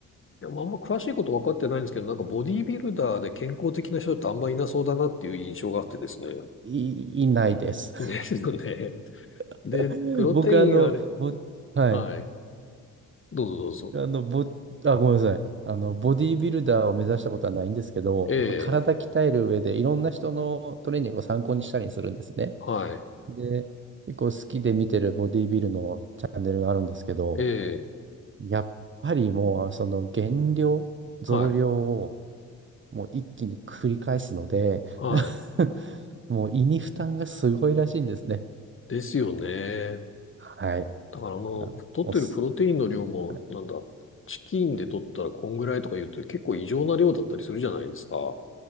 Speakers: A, on the left (about 30°); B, on the right (about 30°).
A: いや、まあ、あんま詳しいこと分かってないんですけど、なんかボディービルダーで健康的な人ってあんまいなそうだなっていう印象があってですね。
B: い、いないです。
A: <laughs> ですよね。
B: <laughs>
A: で、プロテインあれ。
B: 僕、あの、ぼ、はい、
A: はい。どうぞどうぞ。
B: あの、ぼ、あ、ごめんなさい。あの、ボディービルダーを目指したことはないんですけど、
A: ええ、
B: やっぱ体鍛える上で、いろんな人のトレーニングを参考にしたりするんですね。
A: はい。
B: で、結構好きで見てるボディービルのチャンネルがあるんですけど、
A: ええ、
B: やっぱりもう、その減量、増量を
A: はい。
B: もう一気に繰り返すので
A: はい。
B: <laughs> もう胃に負担がすごいらしいんですね。
A: ですよね。
B: はい。
A: だからもう、
B: だから、
A: 取ってるプロテインの量も、
B: おす、は
A: なんだ、チキンで取ったらこんぐらいとか言うと結構異常な量だったりするじゃないですか。